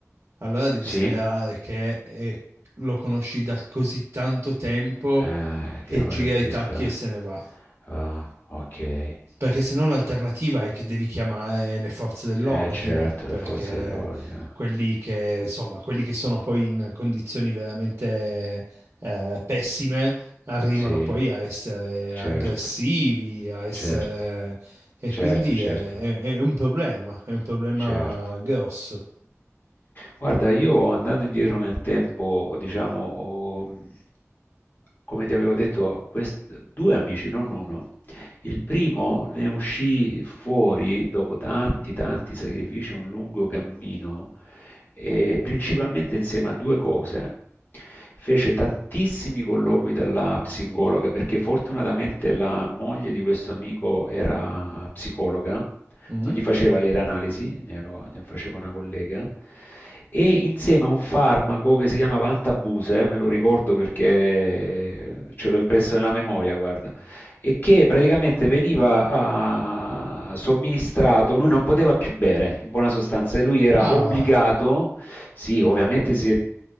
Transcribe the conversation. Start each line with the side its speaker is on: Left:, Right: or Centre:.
Right: allora devi
Left: Sì?
Right: sperare che eh, lo conosci da così tanto tempo
Left: Eh,
Right: che
Left: che non
Right: gira
Left: reagisca.
Right: i tacchi e se ne va.
Left: Ah, ok.
Right: Perché se no l'alternativa è che devi chiamare le forze dell'ordine,
Left: Eh, certo,
Right: perché
Left: le forze dell'ordine.
Right: quelli che, insomma, quelli che sono poi in condizioni veramente eh, pessime arrivano
Left: Sì,
Right: poi a essere
Left: certo,
Right: aggressivi, a essere...
Left: certo,
Right: e
Left: certo,
Right: quindi
Left: certo,
Right: è, è- è un problema, è un problema
Left: certo.
Right: grosso.
Left: Guarda, io andando indietro nel tempo, diciamo, ho, mh, come ti avevo detto, quest- due amici, non uno. Il primo ne uscì fuori dopo tanti, tanti sacrifici, un lungo cammino e principalmente insieme a due cose. Fece tantissimi colloqui dalla psicologa perché fortunatamente la moglie di questo amico era psicologa,
Right: Mm?
Left: non gli faceva lei l'analisi, glielo- gliela faceva una collega, e insieme a un farmaco che si chiamava Antabuse, me lo ricordo perché ce l'ho impresso nella memoria, guarda e che praticamente veniva eh, somministrato, lui non poteva più bere, in buona sostanza, e lui era
Right: Ah,
Left: obbligato, sì, ovviamente si è-